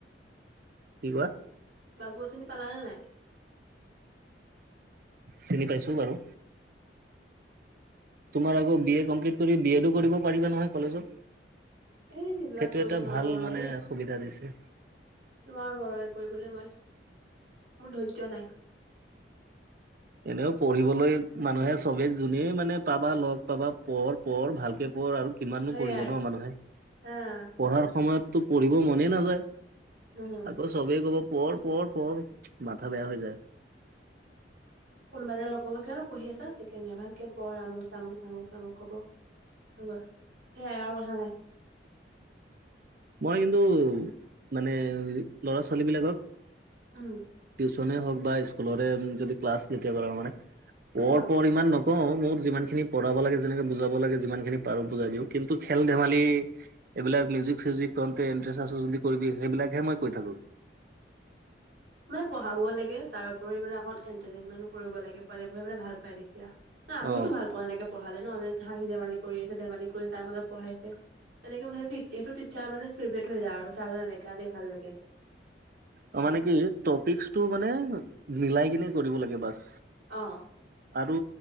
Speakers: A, on the right; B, on the right.
A: কি কোৱা?
B: বাবু আঁচনি পালা নে নাই?
A: চিনি পাইছো বাৰু, তোমাৰ আকৌ বি এ কমপ্লিট তুমি বি এডো কৰিব পাৰিবা নহয় কলেজত
B: এ এইবিলাক
A: সেইটো
B: কৰিব
A: এটা
B: নোৱাৰো
A: ভাল
B: আৰু
A: মানে
B: দেই।
A: সুবিধা দিছে।
B: নোৱাৰো আৰু এই কৰিবলৈ মই, মোৰ ধৈৰ্য্য নাই।
A: এনেও পঢ়িবলৈ মানুহে চবে যোনে মানে পাবা লগ পাবা, পঢ় পঢ় ভালকে পঢ় আৰু। কিমাননো
B: সেইয়াই
A: পঢ়িব ন মানুহে।
B: হা।
A: পঢ়াৰ সময়ততো পঢ়িব মনে নাযায়
B: হম
A: আকৌ চবেই ক'ব পঢ় পঢ় পঢ়, মাথা বেয়া হৈ যায়।
B: কোনোবা এটা লগ পাব, কিমানত পঢ়ি আছা ছেকেণ্ড ইয়েৰ ভালকে পঢ়, আমুক তামুক তামুক তামুক কব। হয় গল, সেয়াই আৰু কথা নাই।
A: মই কিন্তু মানে ল'ৰা - ছোৱালীবিলাকক
B: উম।
A: টিউচনে হওক বা স্কুলৰে যদি ক্লাছ যেতিয়া কৰাও মানে
B: অ
A: পঢ় পঢ় ইমান ন অ মোৰ যিমানখিনি পঢ়াব লাগে যেনেকে বুজাব লাগে যিমানখিনি পাৰো বুজাই দিওঁ কিন্তু খেল - ধেমালি এইবিলাক মিউজিক - চিউজিক তহতে ইন্টাৰেষ্ট আছ যদি কৰিবি সেইবিলাকে মই কৈ থাকো।
B: মানে পঢ়াবও লাগে তাৰ উপৰি মানে অকমান এনটাৰটেইনমেন্টো কৰিব লাগে, পোৱালীবোৰে মানে ভাল পায় তেতিয়া। না আমিওটো
A: অ
B: ভাল পাওঁ এনেকে পঢ়ালে ন, হাঁহি - ধেমালি কৰি আছে, ধেমালি কৰিছে তাৰ মাজত পঢ়াইছে। তেনেকে পঢ়ালে যিহেতু টিচাৰ মানে ফেভৰেট হৈ যায় আৰু ছাৰ এনেকা দেই ভাল লাগে।
A: অ মানে কি টপিকচটো মানে মিলাই কিনে কৰিব লাগে বাচ।
B: অ।
A: আৰু